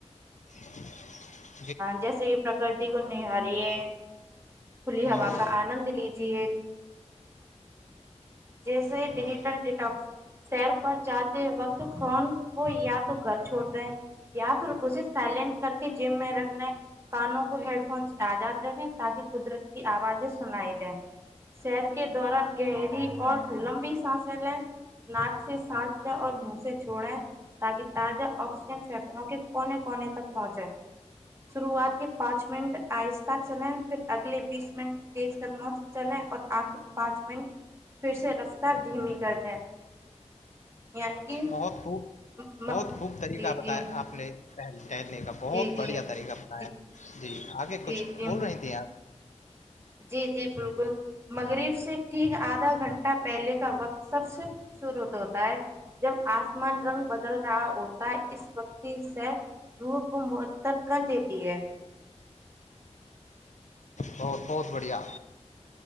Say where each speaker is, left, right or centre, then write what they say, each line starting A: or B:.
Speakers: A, on the left; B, on the right.
A: <unintelligible>
B: جیسے کہ پرکرتی کو نہاریے کھلی
A: ہوں
B: ہوا
A: ہوں
B: کا آنند لی جے جیسے
A: ہوں
B: ڈیجیٹل ڈیٹا سیر پر جاتے وقت فون ہو یا تو گھر چھوڑتے ہیں یا پھر اسے سائلینٹ کر کے جم میں رکھ لیں کانوں کو ہیڈ فون آزاد رکھیں تاکہ قدرت کی آوازیں سنائی لیں سیر کے دوران گہری لمبی سانس ل لیں ناک سے سانس لیں اور منہ سے چھوڑیں تاکہ تو تازہ آکسیجن فف کے کونے کونے تک پہنچے شروعات کے پانچ منٹ آہستہ چلیں پھر اگلے بیس منٹ تیز قدموں سے چلے اور آخر پانچ منٹ پھر سے رفتار دھیمی کر دیں یعنی کہ
A: بہت خوب
B: م-
A: بہت خوب طریقہ
B: جی
A: بتایا
B: جی
A: آپ نے کہلنے کا بہت
B: جی جی
A: بڑھیا
B: جی
A: طریقہ بنایا ہے جی آگے
B: جی
A: کچھ
B: جی
A: بول رہی تھی آپ
B: جی جی بالکل مغرب سے ٹھیک آدھا گھنٹہ پہلے کا وقت سب سے خوبصورت ہوتا ہے جب آسمان رنگ بدل رہا ہوتا ہے اس وقتی سے روح کو معطر کر دیتی ہے
A: بہت بہت بڑھیا